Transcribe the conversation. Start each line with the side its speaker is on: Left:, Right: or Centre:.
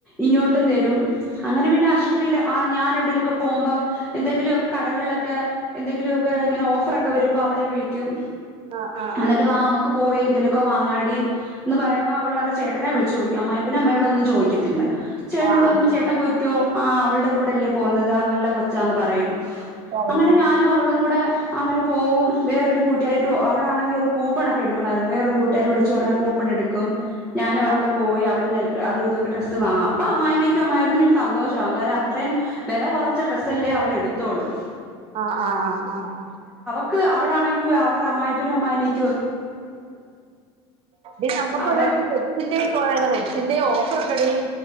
Centre: ഇഞ്ഞോട്ടും തരും അങ്ങനെ പിന്നെ ആശുത്രില് ഞാൻ എവിടൊലോക്കെ പോകുമ്പം എന്തെങ്കിലുംക്കെ കടകൾ ഒക്കെ ക്കെ എന്തെങ്കിലുക്കെ ഇങ്ങനെ ഓഫറൊക്കെ വരുമ്പോ അവളെ വിളിക്കും
Right: ആഹ് ആഹ്
Centre: എന്നിട്ട്
Right: ആഹ്
Centre: വാ അമ്മക്ക് പോയി എന്തെലോക്കെ വാങ്ങാടി ന്ന് പറയ്മ്പോ അവള് അവൾടെ ചേട്ടനെ വിളിച്ചു ചോയിക്കും അമ്മായിപ്പനും അമ്മയോടും ഒന്നും ചോദിക്കത്തില്ല ചേട്ടനോട്
Right: ആഹ്
Centre: ചോദിക്കുമ്പോ ചേട്ടൻ പൊക്കോ ആ അവൾടെ കൂടെല്ലേ പോകുന്നത് ആ നല്ല കൊച്ചാന്ന് പറയും
Right: പറയ്
Centre: അങ്ങനെ ഞാനും അവളും കൂടെ അങ്ങനെ പോവും വേറൊരു കൂട്ടാരിട്ട് അവിടെ ആണെങ്കി ഒരു കൂപ്പാണൊക്കെ എടുക്കണായിരുന്നു വേറൊരു കൂട്ടാരി വിളച്ച് പറഞ്ഞാൽ കൂപ്പൺ എടു കും ഞാനും
Right: ആഹ്
Centre: അവളൂടെ
Right: ആഹ്
Centre: പോയി അവിടുന്ന് അത് ഇതൊക്കെ ഡ്രസ്സ് വാങ്ങാം അപ്പൊ അമ്മായിമ്മയ്ക്കും അമ്മായിപ്പനും സന്തോഷാവും കാര്യം അത്ര വില കുറച്ച ഡ്രസ്സല്ലേ അവളെ എടുത്തോളു
Right: ആ ആ ആ ആ ആ
Centre: ക്ക്‌ അവളാണെങ്കിൽ അവരുടെ അമ്മായിപ്പനും അമ്മാമക്ക്
Right: ഇ നമുക്ക്
Centre: അവളെ
Right: ഒരു ദിവസം വെഡ്സിന്റെ പോണ വെഡ്സിന്റെയോ റ്റ്ന്തടി